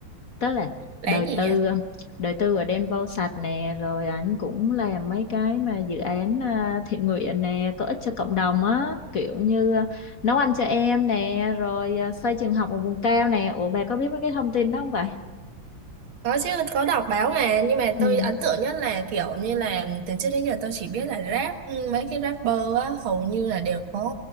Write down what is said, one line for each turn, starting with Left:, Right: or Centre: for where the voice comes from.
Left: tức là
Right: cái
Left: đời
Right: gì
Left: tư
Right: vậy?
Left: ờ, đời tư ở Đen Vâu sạch nè rồi ảnh cũng làm mấy cái mà dự án ờ, thiện nguyện nè có ích cho cộng đồng á kiểu như ờ, nấu ăn cho em nè rồi ờ, xây trường học ở vùng cao nè ủa bà có biết mấy cái thông tin đó không vậy
Right: Có chứ, có đọc báo mà, nhưng mà
Left: ừ
Right: tôi ấn tượng nhất là kiểu như là từ trước đến giờ tôi chỉ biết là rap, ừ, mấy cái rapper á, hầu như là đều có